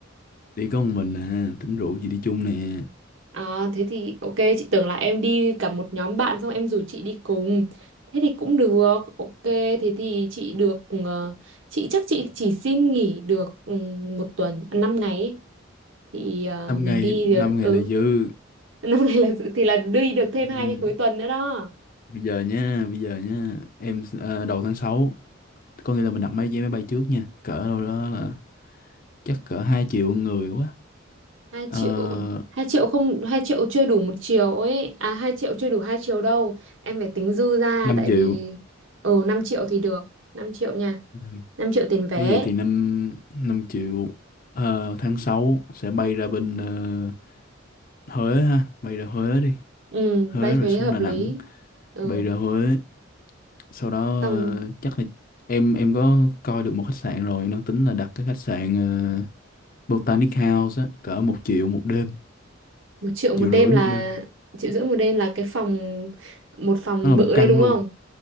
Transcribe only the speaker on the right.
à thế thì ok chị tưởng là em đi cả một nhóm bạn xong em rủ chị đi cùng thế thì cũng được ok thế thì chị được ờ, chị chắc chị chỉ xin nghỉ được ừ, một tuần 5 ngày ấy. thì ờ,
mình
đi
được
ừ
năm nay là dự- thì là đi được thêm
hai cái cuối tuần nữa đó
hai
triệu hai triệu không hai triệu chưa đủ một chiều ấy à hai triệu chưa đủ hai chiều đâu em phải tính dư ra
tại
vì ừ năm triệu thì được 5 triệu nha
năm triệu tiền vé
ừ
bay thuế
hợp
lý
ừ
xong
một triệu một
đêm
là
triệu rưỡi một đêm là cái phòng một phòng
bự
đấy đúng
không